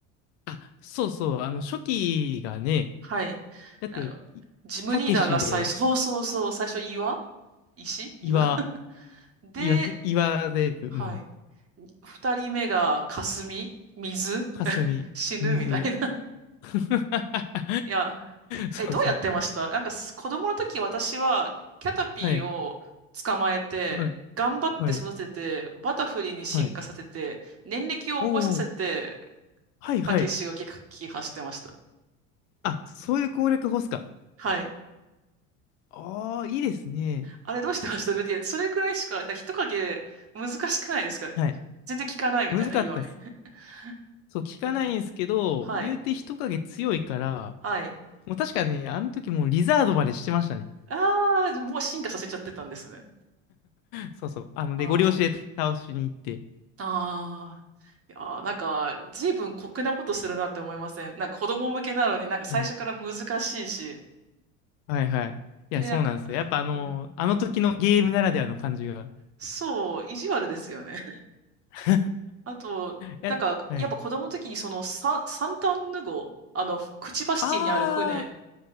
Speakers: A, on the left; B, on the right.
A: あ、そうそう、あの、初期がね、
B: はい。
A: だって、
B: なんか、
A: いたけしで、
B: ジムリーダーが最初、そうそうそう、最初岩石岩
A: 岩、
B: <laughs> で、
A: 岩、岩で、うん、
B: はい。二人目が霞水
A: かすみ、
B: 死ぬみたいな。
A: 水。<laughs>
B: <laughs> いや、
A: そうそう。
B: え、どうやってましたなんかす子供の時私はキャタピーを捕まえて、
A: はい、はい、
B: 頑張って育てて、
A: はい、
B: バタフリーに進化させて、
A: はい。
B: 年歴を覚えさせて、
A: おー、はい、はい。
B: たけしが撃破してました。
A: あ、そういう攻略法っすか。
B: はい。
A: ああ、いいですね。
B: あれどうしてましただってそれくらいしか、だから人影難しくないですか
A: はい。
B: 全然聞かないみたいな言わね。
A: 難かったっす。
B: <laughs>
A: そう、聞かないんですけど、
B: そうはい。
A: 言うて人影強いから、
B: はい。
A: もう確かにね、あの時もうリザードまでしてましたね。
B: ああ、もう進化させちゃってたんですね。
A: そうそう。あの、
B: ああ。
A: で、ゴリ押しで倒しに行って。
B: ああ。いやー、なんか、随分酷なことするなって思いません。なんか子供向けなのになんか最初から難しいし。
A: はいはいはい。いや、
B: で、
A: そうなんですよ。
B: なんか、
A: やっぱあの、
B: うんうん
A: あの時のゲームならではの感じが。
B: そう、意地悪ですよね。
A: <laughs>
B: あと、
A: いや、
B: なんか、
A: はい。
B: やっぱ子供の時にそのサ、サンタンヌ号、あの、クチバシティにある船、
A: ああ、